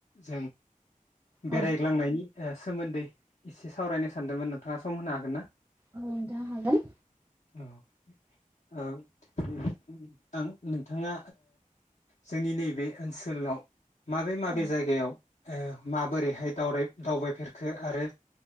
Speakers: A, on the left; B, on the right.
A: जों।
B: औ
A: बेरायग्लांनायनि। सोमोन्दै एसे सावरायनो सानदोंमोन नोंथाङा सम होनो हागोन ना।
B: औ नोंथां हागोन
A: औ ओं नोंथाङा जोंनि नैबे ओनसोलाव। माबे - माबे
B: औ
A: जायगायाव ओ माबोरैहाय दावराय दावबायफेरखो आरो